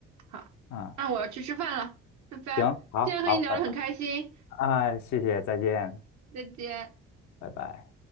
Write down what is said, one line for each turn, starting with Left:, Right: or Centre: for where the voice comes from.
Right: 好，
Left: 嗯，
Right: 那我要去吃饭了，拜拜。
Left: 行，好，
Right: 今天和你聊得很开心，
Left: 好，拜拜，啊，谢谢，再见，
Right: 再见。
Left: 拜拜。